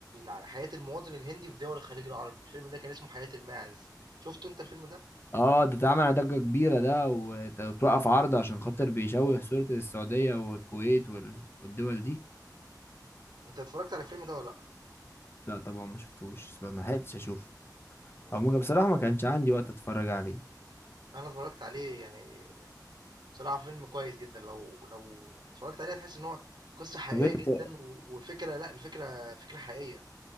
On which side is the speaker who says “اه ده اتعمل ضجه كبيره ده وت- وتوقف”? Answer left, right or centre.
Left